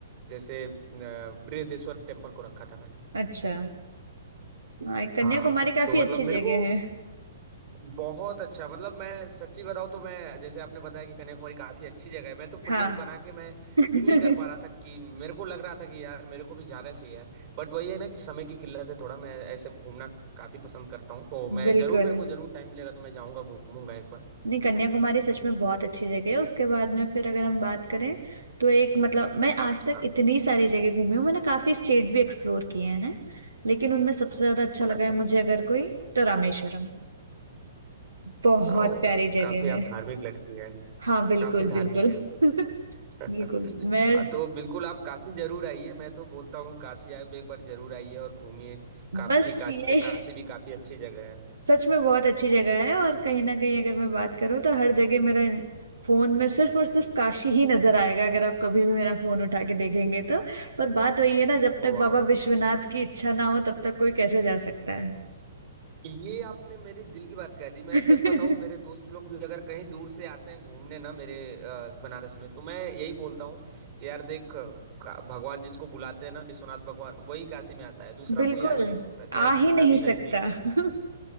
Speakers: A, on the right (about 50°); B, on the right (about 85°).
A: जैसे अ, बृहदेश्वर टेम्पल को रखा था मैंने
B: अच्छा हाँ, कन्याकुमारी
A: हाँ
B: काफी
A: तो मतलब
B: अच्छी जगह
A: मेरे को
B: है
A: बहुत अच्छा मतलब मैं सच्ची बताऊं तो मैं जैसे आपने बताया कि कन्याकुमारी काफी अच्छी जगह है मैं तो प्रोजेक्ट
B: हाँ
A: बना के मैं
B: <laughs>
A: फील नहीं कर पा रहा था कि मेरे को लग रहा था कि यार मेरे को भी जाना चाहिए यार बट वही है ना कि समय की किल्लत है थोड़ा मैं ऐसे घूमना काफी पसंद करता हूँ तो मैं
B: बिल्कुल
A: जरूर मेरे को जरूर टाइम मिलेगा तो मैं जाऊंगा घूमूंगा एक बार
B: नहीं कन्याकुमारी सच में बहुत अच्छी जगह है उसके बाद में फिर अगर हम बात करें तो एक मतलब मैं आज तक
A: हाँ
B: इतनी सारी जगह घूमी हूँ मैंने काफी स्टेट भी एक्सप्लोर किए हैं लेकिन उनमें सबसे ज्यादा अच्छा लगा
A: अच्छा
B: है
A: अच्छा
B: मुझे अगर कोई तो रामेश्वरम बहुत
A: ओ
B: प्यारी
A: काफी
B: जगह है
A: आप धार्मिक लगती है
B: हाँ बिल्कुल
A: काफी
B: बिल्कुल
A: धार्मिक है
B: <laughs>
A: हाँ,
B: बिल्कुल मैं
A: तो बिल्कुल आप काशी जरूर आइए मैं तो बोलता हूँ काशी आप एक बार जरूर आइए और घूमिए काफी
B: बस
A: काशी
B: यही
A: काशी भी काफी अच्छी जगह है
B: सच में बहुत अच्छी जगह है और कहीं ना कहीं अगर मैं बात करूं तो हर जगह मेरा इन- फोन में सिर्फ और सिर्फ काशी ही नजर आएगा अगर आप कभी भी मेरा फोन उठा के देखेंगे तो पर बात वही है ना जब तक
A: वाह
B: बाबा विश्वनाथ की इच्छा ना हो तब तक कोई कैसे जा सकता है
A: ये आपने मेरी दिल की बात कह दी मैं
B: <laughs>
A: सच बताऊं मेरे दोस्त लोग भी अगर कहीं दूर से आते हैं घूमने ना मेरे अ, बनारस में तो मैं यही बोलता हूँ कि यार देख का- भगवान जिसको बुलाते हैं ना विश्वनाथ भगवान वही काशी में आता है दूसरा
B: बिल्कुल
A: कोई आ ही नहीं सकता चाहे
B: आ
A: कितना
B: ही नहीं
A: भी
B: सकता
A: नजदीक हो
B: <laughs>